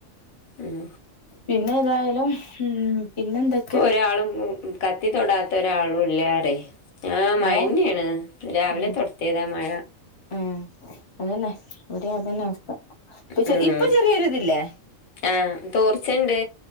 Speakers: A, on the left (about 85°); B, on the left (about 30°).
A: ഉം
B: പിന്നേതായാലും ഉം പിന്നെന്താ
A: ഇപ്പൊരാളും ഉം ഉം കത്തി തൊടാ ത്തൊരാളും ഇല്ലാടേ ആഹ്
B: മഴ
A: മയന്നെയാണ് രാവിലെ
B: ഉം
A: തൊ ടത്തിയതാ മഴ
B: ഉം അതന്നെ ഇവിടെ അതന്നെ അവസ്ഥ ഇപ്പ ചെ
A: ഉം
B: ഇപ്പൊ ചെറിയൊരിതില്ലേ
A: ആഹ് തോർച്ചേണ്ട്